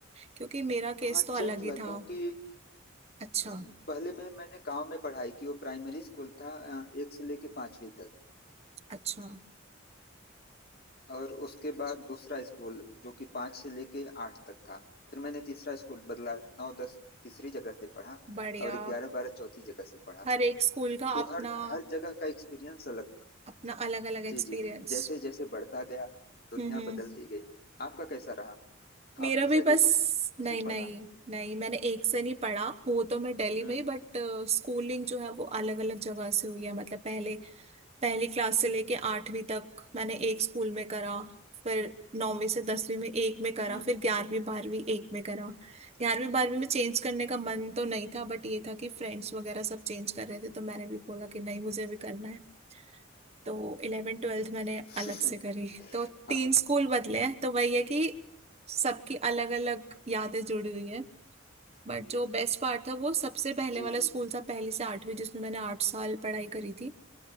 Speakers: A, on the right (about 30°); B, on the left (about 50°).
A: क्योंकि मेरा केस
B: हाँ
A: तो
B: चेंज
A: अलग
B: हुआ
A: ही था
B: क्योंकि
A: अच्छा
B: अम, पहले में मैंने गांव में पढ़ाई की वो प्राइमरी स्कूल था अ, एक से लेके पांचवी तक
A: अच्छा
B: और उसके बाद दूसरा स्कूल जो कि पाँच से लेके आठ तक था फिर मैंने तीसरा स्कूल बदला नौ दस तीसरी जगह से पढ़ा
A: बढ़िया
B: और ग्यारह बारह चौथी जगह से पढ़ा
A: हर एक स्कूल का
B: तो
A: अपना
B: हर हर जगह का एक्सपीरियंस अलग था
A: अपना अलग अलग
B: जी
A: एक्सपीरियंस
B: जी जैसे जैसे बढ़ता गया दुनिया
A: हम्म
B: बदलती गई आपका कैसा रहा
A: मेरा
B: आपने
A: भी
B: शायद
A: बस
B: एक ही स्कूल
A: नहीं
B: से
A: नहीं
B: पढ़ा
A: नहीं मैंने एक से नहीं पढ़ा हो तो मैं दिल्ली
B: हम्म
A: में ही बट स्कूलिंग जो है वो अलग अलग जगह से हुई है मतलब पहले पहली क्लास से लेके आठवीं तक मैंने एक स्कूल में करा फिर नौवीं से दसवीं में एक में करा
B: हम्म
A: फिर ग्यारहवीं बारहवीं एक में करा ग्यारहवीं बारहवीं में चेंज करने का मन तो नहीं था बट ये था कि फ्रेंड्स वगैरह सब चेंज कर रहे थे तो मैंने भी बोला कि नहीं मुझे भी करना है तो इलेवेंथ ट्वेल्थ मैंने
B: हम्म,
A: अलग से
B: <laughs>
A: करी तो
B: हाँ
A: तीन
B: हाँ
A: स्कूल बदले हैं तो वही है कि सबकी अलग अलग यादें जुड़ी हुई है बट जो बेस्ट पार्ट था वो सबसे पहले
B: जी
A: वाला
B: जी
A: स्कूल था पहली से आठवीं जिसमें मैंने आठ साल पढ़ाई करी थी